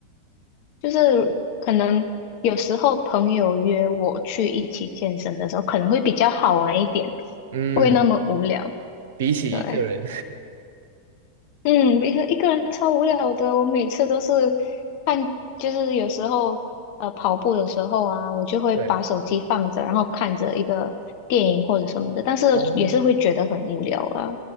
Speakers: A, on the left; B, on the right.
A: 就是可能有时候朋友约我去一起健身的时候，可能会比较好玩一点，
B: 嗯，
A: 不会那么无聊。
B: 比起一个人，
A: 对，嗯，一个一个人超无聊的，我每次都是看，就是有时候呃跑步的时候啊，我就会把手机放着，
B: <laughs> 对，
A: 然后看着一个电影或者什么的，但是也是会觉得很无聊啊。
B: 哦，